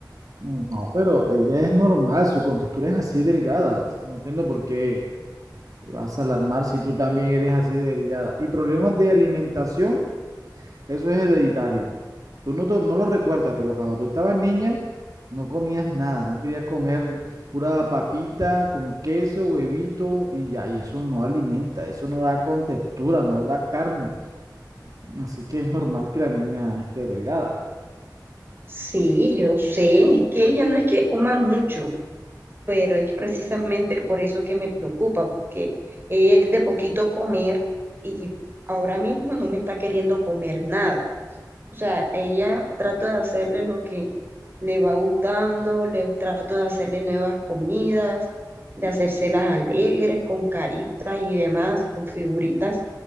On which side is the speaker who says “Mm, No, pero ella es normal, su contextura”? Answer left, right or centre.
Right